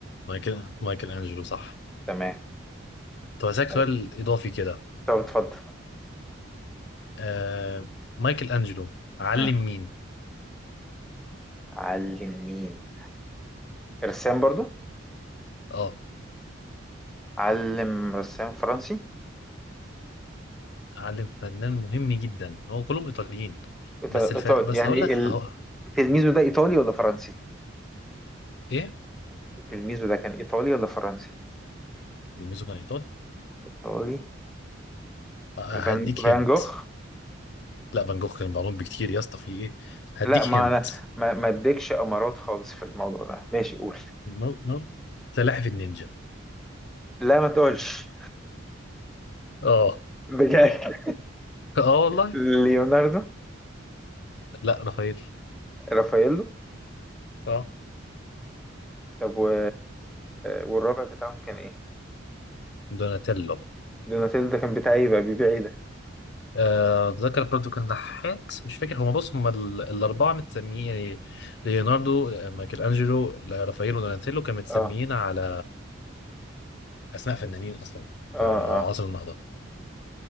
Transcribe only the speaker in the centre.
تمام
طيب
طب اتفضل
مم.
علم مين رسام برضو
علم رسام فرنسي
إيطا-
إيطا-
يعني
ال-
تلميذه ده إيطالي ولا فرنسي
تلميذه ده كان إيطالي ولا فرنسي
إيطالي
فان
فان
جوخ
لا ما
أنا ما ما أديكش أمارات خالص في الموضوع ده ماشي قول
لا ما تقولش
بجد
<laughs> ليوناردو
رافاييلو
طب و... والرابع بتاعهم كان ايه
دوناتيلو ده كان بتاع ايه بقى بيبيع ايه ده
اه
اه اه